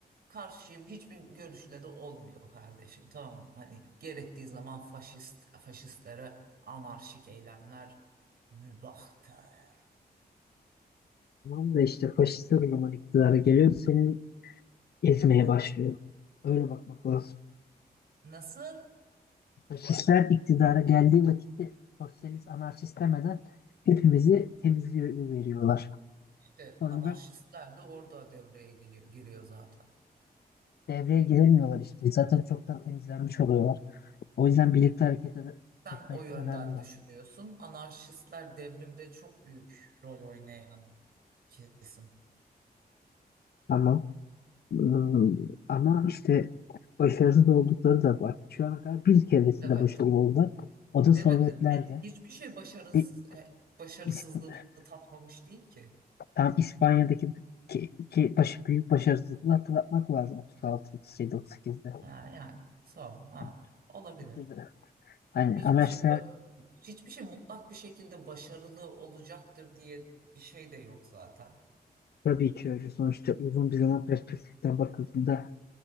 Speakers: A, on the right; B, on the left.
A: Karşıyım hiçbir görüşle de olmuyor kardeşim tamam hani gerektiği zaman faşist faşistlere anarşik eylemler mübahtır.
B: Tamam da işte faşistler o zaman iktidara geliyor, seni ezmeye başlıyor. Öyle bakmak lazım.
A: Nasıl?
B: Faşistler iktidara geldiği vakitte sosyalist, anarşist demeden hepimizi temizliyor veriyorlar.
A: İşte
B: Sonra
A: anarşistler de orada devreye giriyor, giriyor zaten.
B: devreye girilmiyorlar işte. Zaten çoktan temizlenmiş oluyorlar. O yüzden birlikte hareket ed-
A: Sen
B: etmek
A: o yönden
B: önemli.
A: düşünüyorsun. Anarşistler devrimde çok büyük rol oynayan kesim.
B: Ama ıı, ama işte başarısız oldukları da var. Şu ana kadar bir keresinde
A: Evet.
B: başarılı oldular. O da
A: Elbette
B: Sovyetler'de.
A: ne hiçbir şey başarısız
B: Bir
A: e, başarısızlığı
B: İsp-
A: tatmamış değil ki.
B: tam İspanya'daki iki, iki baş, büyük başarısızlığı hatırlatmak lazım. 36, 37, 38'de.
A: Ha, yani. So, ha,
B: Yani,
A: olabilir.
B: ikisi de- hani
A: Hiçbir
B: amaçlar
A: şey ba- hiçbir şey mutlak bir şekilde başarılı olacaktır diye bir şey de yok zaten.
B: tabii ki öyle. Sonuçta uzun bir zaman perspektiften bakıldığında